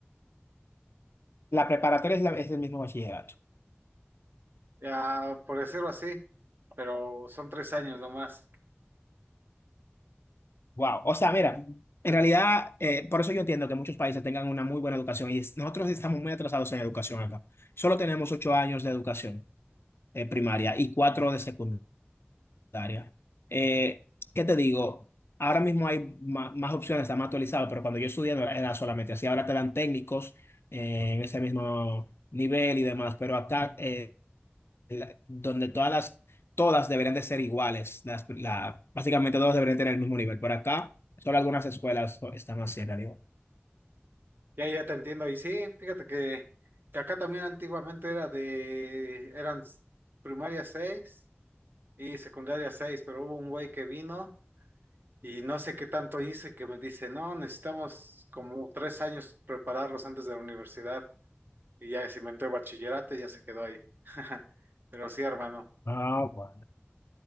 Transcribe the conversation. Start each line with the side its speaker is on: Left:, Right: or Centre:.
Left: la preparatoria es, la- es el mismo bachillerato.
Right: Ya, por decirlo así, pero son tres años nomás.
Left: Wow. O sea, mira, en realidad, eh, por eso yo entiendo que muchos países tengan una muy buena educación y es- nosotros estamos muy atrasados en educación acá. Solo tenemos ocho años de educación eh, primaria y cuatro de secundaria. área. Eh, ¿qué te digo? Ahora mismo hay ma- más, opciones, está más actualizado, pero cuando yo estudié no era solamente así. Ahora te dan técnicos eh, en ese mismo nivel y demás, pero acá, eh, la- donde todas las, todas deberían de ser iguales, las, la, básicamente todas deberían tener el mismo nivel. Por acá, solo algunas escuelas están así en realidad.
Right: Ya, ya te entiendo. Y sí, fíjate que, que acá también antiguamente era de, eran s- primaria 6 y secundaria seis pero hubo un güey que vino y no sé qué tanto hizo y que me dice, no, necesitamos como tres años prepararlos antes de la universidad. Y ya se inventó el bachillerato y ya se quedó ahí. <laughs> Pero sí, hermano.
Left: Ah, bueno.